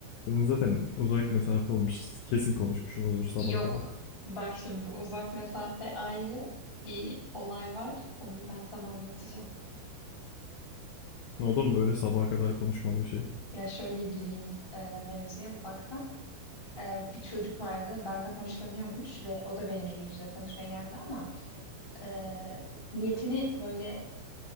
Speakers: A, on the left; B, on the left.
A: senin zaten uzak mesafe olmuş. Kesin konuşmuşsunuzdur sabaha
B: Yok.
A: kadar.
B: Bak şimdi bu uzak mesafe ayrı bir olay var. Onu ben sana anlatacağım.
A: O da mı böyle sabaha kadar konuşmalı bir şey?
B: Ya şöyle gireyim e, mevzuya ufaktan. E, bir çocuk vardı benden hoşlanıyormuş ve o da benimle yüz yüze tanışmaya geldi ama e, niyetini böyle